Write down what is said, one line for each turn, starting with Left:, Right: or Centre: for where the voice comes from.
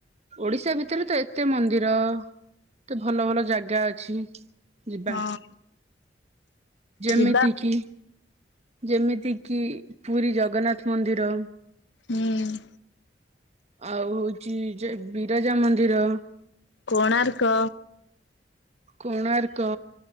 Right: ଓଡିଶା ଭିତରେ ତ, ଏତେ ମନ୍ଦିର, ଏତେ ଭଲ ଭଲ ଜାଗା ଅଛି। ଯିବା।
Left: ହଁ।
Right: ଯେମିତି
Left: ଯିବା
Right: କିି, ଯେମିତି କିି ପୁରୀ ଜଗନ୍ନାଥ ମନ୍ଦିର।
Left: ହୁଁ
Right: ଆଉ ହଉଛି, ଯେ- ବିରାଜା ମନ୍ଦିର।
Left: କୋଣାର୍କ।
Right: କୋଣାର୍କ,